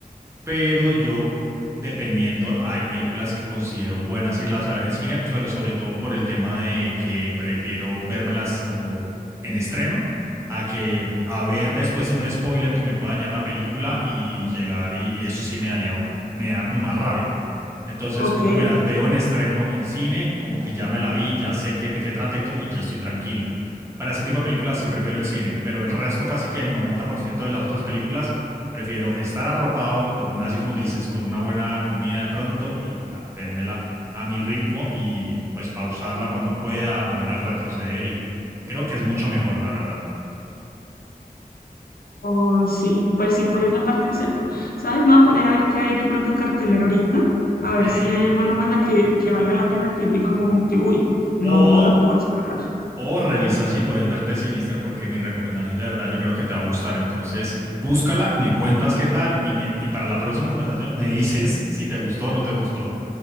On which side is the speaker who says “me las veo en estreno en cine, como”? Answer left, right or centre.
Right